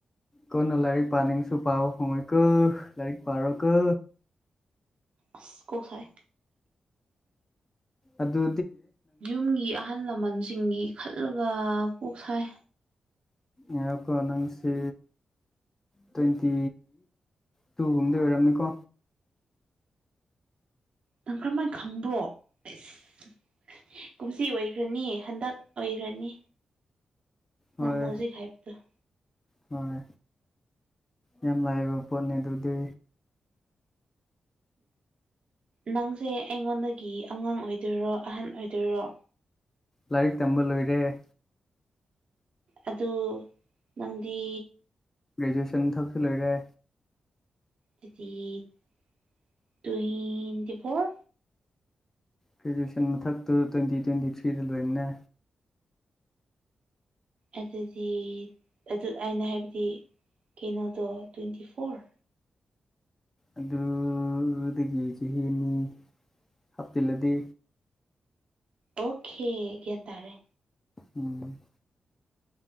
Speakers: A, on the left; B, on the right.
A: ꯀꯣꯟꯅ ꯂꯥꯏꯔꯤꯛ ꯄꯥꯅꯤꯡꯁꯨ ꯄꯥ ꯍꯣꯡꯉꯣꯏꯀꯣ ꯂꯥꯏꯔꯤꯛ ꯄꯥꯔꯣ ꯀꯣ
B: ꯑꯁ ꯀꯣꯁꯥꯏ
A: ꯑꯗꯨ
B: ꯌꯨꯝꯒꯤ ꯑꯍꯜ ꯂꯃꯟꯁꯤꯡꯒꯤ ꯈꯜꯂꯒ ꯀꯣꯛ ꯁꯥꯏ
A: ꯌꯥꯀꯣꯅꯪꯁꯤ ꯇ꯭ꯋꯦꯟꯇꯤ ꯇꯨꯒꯨꯝꯕꯗꯤ ꯑꯣꯏꯔꯝꯅꯤꯀꯣ
B: ꯅꯪ ꯀꯔꯝꯍꯥꯏꯅ ꯈꯪꯕ꯭ꯔꯣ ꯑꯩꯁ ꯀꯨꯝꯁꯤ ꯑꯣꯏꯈ꯭ꯔꯅꯤ ꯍꯟꯗꯛ ꯑꯣꯏꯈ꯭ꯔꯅꯤ
A: ꯍꯣꯏ
B: ꯅꯪꯅ ꯍꯧꯖꯤꯛ ꯍꯥꯏꯕꯗꯨꯣ
A: ꯍꯣꯏ ꯌꯥꯝ ꯂꯥꯏꯕ ꯄꯣꯠꯅꯤ ꯑꯗꯨꯗꯤ
B: ꯅꯪꯁꯦ ꯑꯩꯉꯣꯟꯗꯒꯤ ꯑꯉꯥꯡ ꯑꯣꯏꯗꯣꯏꯔꯣ ꯑꯍꯟ ꯑꯣꯏꯗꯣꯏꯔꯣ
A: ꯂꯥꯏꯛ ꯇꯝꯕ ꯂ ꯑꯣꯏꯣꯏꯔꯦ
B: ꯑꯗꯨ ꯅꯪꯗꯤ
A: ꯒ꯭ꯔꯦꯖꯨꯑꯦꯁꯟ ꯊꯛꯆꯜꯂꯔꯦ
B: ꯇ꯭ꯋꯦꯟꯇꯤ ꯐꯣꯔ
A: ꯒ꯭ꯔꯦꯖꯨꯋꯦꯁꯟ ꯃꯊꯛꯇꯨ ꯇ꯭ꯋꯦꯟꯇꯤ ꯇ꯭ꯋꯦꯟꯇꯤ ꯊ꯭ꯔꯤꯗ ꯂꯣꯏꯕꯅꯦ
B: ꯑꯗꯨꯗꯤ ꯑꯗꯨ ꯑꯩꯅ ꯍꯥꯏꯕꯗꯤ ꯀꯩꯅꯣꯗꯣ ꯇ꯭ꯋꯦꯟꯇꯤ ꯐꯣꯔ
A: ꯑꯗꯨ ꯑꯗꯨꯗꯒꯤ ꯆꯍꯤ ꯑꯅꯤ ꯍꯥꯞꯆꯤꯜꯂꯗꯤ
B: ꯑꯣꯀꯦ ꯀꯦ ꯇꯥꯔꯦ
A: ꯎꯝ